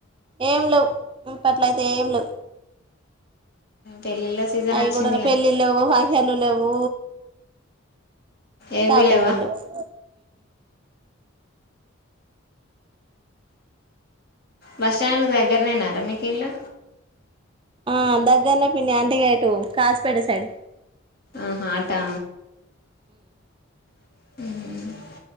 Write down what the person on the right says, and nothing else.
ఏం లేవు ఇ మునపట్లయితే ఏం లేవు
అయి
కూడా పెళ్లి లేవు హాయ్ హెల్లులు లేవు
షాపింగ్లు
లేవు
ఆ దగ్గరనే పిన్ని అంటేగ ఇటు కాసిపేట సైడ్